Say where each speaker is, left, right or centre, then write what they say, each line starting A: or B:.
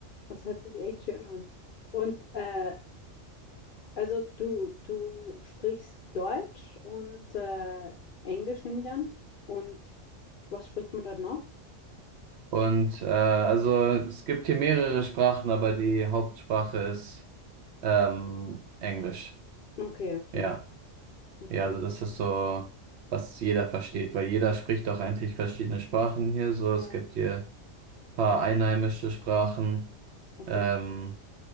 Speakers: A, on the left; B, on the right.
A: das hört sich echt schön an. Und äh, also du, du sprichst Deutsch und äh, Englisch, nehme ich an. Und was spricht man dort noch?
B: Und äh, also es gibt hier mehrere Sprachen, aber die Hauptsprache ist ähm, Englisch.
A: Okay, okay,
B: Ja,
A: okay.
B: ja, also das ist so, was jeder versteht, weil jeder spricht auch eigentlich verschiedene Sprachen hier. So, es
A: Ja, ja,
B: gibt hier ein paar einheimische Sprachen.
A: okay.
B: Ähm,